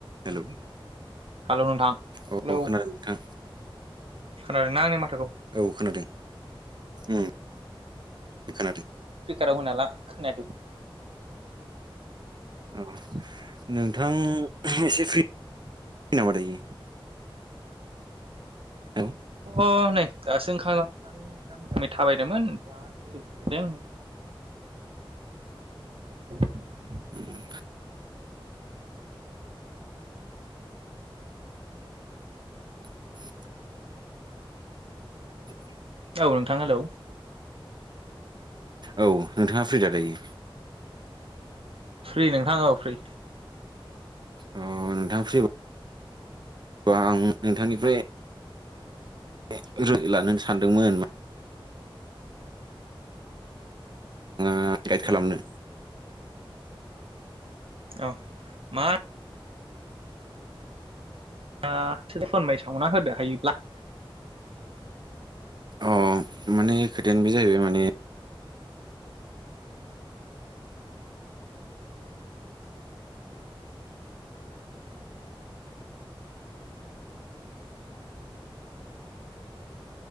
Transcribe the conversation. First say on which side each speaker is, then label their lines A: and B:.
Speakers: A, on the right; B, on the right.
A: Hello
B: hello नोंथां
A: औ
B: hello.
A: खोनादों नोंथां
B: खोनादों ना आंनि माथो
A: औ खोनादों ओम। खोनादों।
B: <unintelligible> होना ला खोनायाखै
A: औ नोंथां एसे फ्रि नामा दायो? हेलौ
B: अ नै दासो <unintelligible> <unintelligible> गामि गामि थाबायदोंमोन दा <unintelligible>
A: <unintelligible> <unintelligible> <unintelligible>
B: औ नोंथां हेलौ।
A: औ नोंथाङा फ्रि दा दायो?
B: फ्रि नोंथां औ फ्रि।
A: अ नोंथां फ्रिबा आं नोंथांनिफ्राय <unintelligible> सानदोंमोन। <unintelligible> खालामनो
B: औ मा ओ फोरमायसावना होदो हायोब्ला।
A: अ माने खोथायानो बे जाहैबाय माने